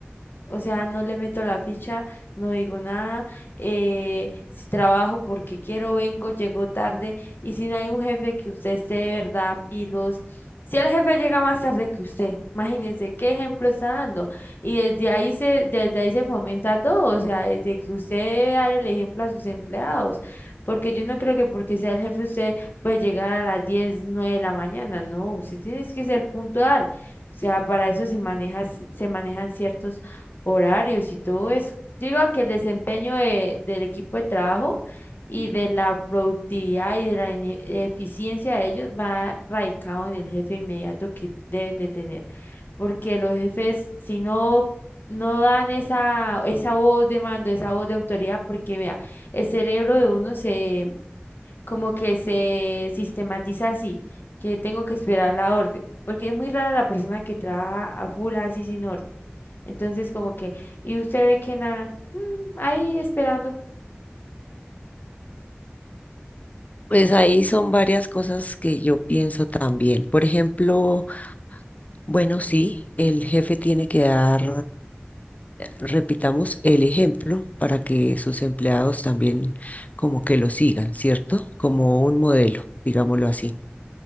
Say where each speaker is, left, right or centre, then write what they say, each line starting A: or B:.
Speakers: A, on the left (about 55°); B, on the left (about 35°).
A: O sea, no le meto la ficha, no digo nada. eh, si trabajo porque quiero, vengo, llego tarde. Y si no hay un jefe que usted esté de verdad, pilos. Si el jefe llega más tarde que usted, imagínese qué ejemplo está dando. Y desde ahí se, desde ahí se fomenta todo. O sea, desde que usted debe dar el ejemplo a sus empleados. Porque yo no creo que porque sea el jefe usted puede llegar a las 10 9 de la mañana. No, usted tiene que ser puntual. O sea, para eso se maneja, se manejan ciertos horarios y todo eso. Yo Digo que el desempeño de- del equipo de trabajo y de la productividad y de la ine- eficiencia de ellos va radicado en el jefe inmediato que deben de tener, porque los jefes, si no, no dan esa, esa voz de mando, esa voz de autoridad, porque vea, el cerebro de uno se como que se sistematiza así, que tengo que esperar la orden, porque es muy rara la persona que trabaja a full así sin orden. Entonces, como que, y usted ve que nada, mm, ahí esperando.
B: Pues ahí son varias cosas que yo pienso también. Por ejemplo, bueno, sí, el jefe tiene que dar, eh, repitamos, el ejemplo para que sus empleados también como que lo sigan, ¿cierto? Como un modelo, digámoslo así.